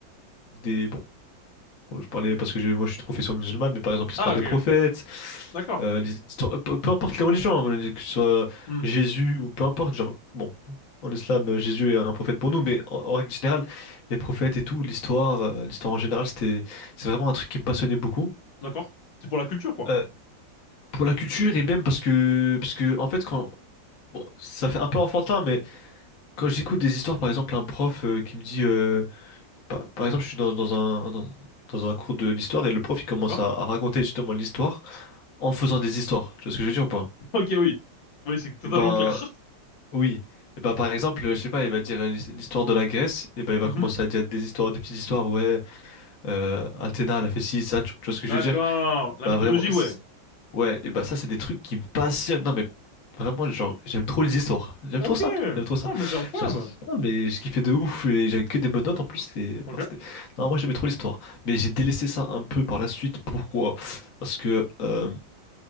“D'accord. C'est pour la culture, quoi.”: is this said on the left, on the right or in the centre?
Left